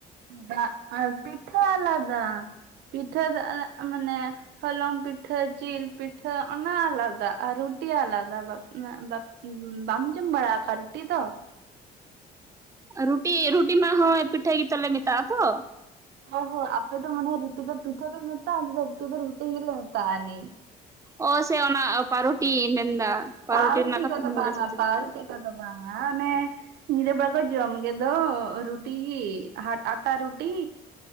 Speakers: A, on the right (about 75°); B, on the right (about 20°).
A: ᱫᱷᱟᱜ ᱟᱨ ᱯᱤᱴᱷᱟᱹ ᱟᱞᱟᱫᱟ ᱯᱤᱴᱷᱟᱹ <inaudible> ᱢᱟᱱᱮ ᱦᱚᱞᱚᱝ ᱯᱤᱴᱷᱟᱹ ᱡᱤᱞ ᱯᱤᱴᱷᱟᱹ ᱚᱱᱟ ᱟᱞᱟᱫᱟ ᱟᱨ ᱨᱩᱴᱤ ᱟᱞᱟᱫᱟ <inaudible> ᱩᱢ ᱵᱟᱢ ᱡᱚᱢ ᱵᱟᱲᱟᱣ ᱠᱟᱜ ᱨᱩᱴᱤ ᱫᱚ?
B: ᱨᱩᱴᱤ ᱨᱩᱴᱤ ᱢᱟ ᱦᱚᱭ ᱯᱤᱴᱷᱟᱹ ᱜᱮᱛᱚ ᱞᱮ ᱢᱮᱛᱟᱜᱼᱟ ᱛᱚ᱾
A: ᱚ ᱦᱚᱸ ᱟᱯᱮ ᱫᱚ ᱢᱚᱱᱮ ᱨᱩᱴᱤ ᱫᱚ ᱯᱤᱴᱷᱟᱹ ᱢᱮᱛᱟ ᱟᱞᱮ ᱫᱚ ᱨᱩᱴᱤ ᱫᱚ ᱨᱩᱴᱤ ᱜᱮ ᱞᱮ ᱢᱮᱛᱟᱜᱼᱟ ᱱᱤᱡ᱾
B: ᱚ ᱥᱮ ᱚᱱᱟ ᱯᱟᱨᱩᱴᱤ ᱢᱮᱱᱫᱟ?
A: ᱯᱟᱨᱩᱴᱤ
B: ᱨᱮᱱᱟᱜ ᱠᱟᱛᱷᱟᱢ
A: ᱠᱚᱫᱚ.
B: ᱢᱮᱱᱫᱟ
A: ᱵᱟᱝᱟ,
B: ᱥᱮ ᱪᱮᱫ
A: ᱯᱟᱨᱩᱴᱤ ᱠᱚ ᱫᱚ. ᱵᱟᱝᱟ ᱟ ᱚᱱᱮ ᱧᱤᱫᱟᱹ ᱵᱮᱲᱟ ᱠᱚ ᱡᱚᱢ ᱜᱮ ᱫᱚ ᱨᱩᱴᱤ ᱜᱤ, ᱦᱟᱴ ᱟᱴᱟ ᱨᱩᱴᱤ᱾